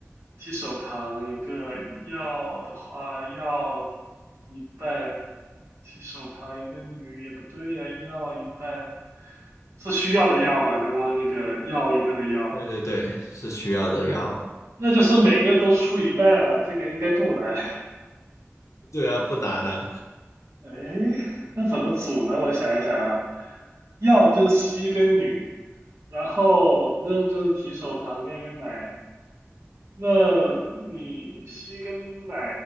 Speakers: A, on the right; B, on the left.
A: 提手旁一个要的话，要一半，提手旁一个女也不对呀，要一半是需要的要吧？刚刚那个要一半的要，
B: 对对对，是需要的要，
A: 那就是每个都出一半啊，这个应该不难。
B: 对啊，不难啊，
A: <laughs> 哎，那怎么组呢？我想一想啊，要就是西跟女，然后扔就是提手旁跟一个奶，那你吸跟奶